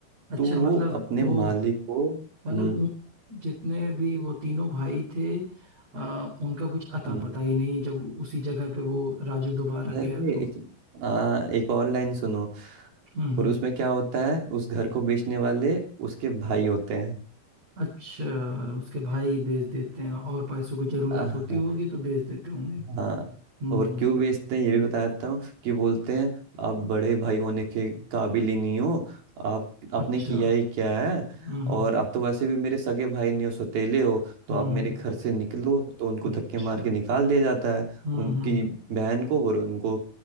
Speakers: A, on the right; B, on the right.
A: अच्छा
B: तो वो
A: मतलब
B: अपने
A: वो
B: मालिक को हम्म
A: मतलब उन- जितने भी वो तीनों भाई थे आ, उनका कुछ अता
B: हम्म
A: पता ही नहीं जब उसी जगह पे वो राजू दोबारा
B: अरे
A: गया तो
B: एक, आ, एक और लाइन सुनो
A: हम्म हम्म।
B: और उसमें क्या होता है उस घर को बेचने वाले उसके भाई होते हैं
A: अच्छा उसके भाई बेच देते हैं और पैसों की जरूरत
B: हाँ
A: होती होगी तो बेच देते होंगे
B: हाँ
A: हम्म
B: और क्यों बेचते हैं ये भी बताता हूँ कि बोलते हैं आप बड़े भाई होने के काबिल ही नहीं हो आप आपने
A: अच्छा
B: किया ही क्या है
A: हम्म हम्म
B: और आप तो वैसे भी मेरे सगे भाई नहीं हो सौतेले हो तो
A: हम्म,
B: आप मेरे घर से निकलो तो उनको
A: अच्छा
B: धक्के मार के निकाल दिया जाता है
A: हम्म
B: उनकी
A: हम्म
B: बहन को और उनको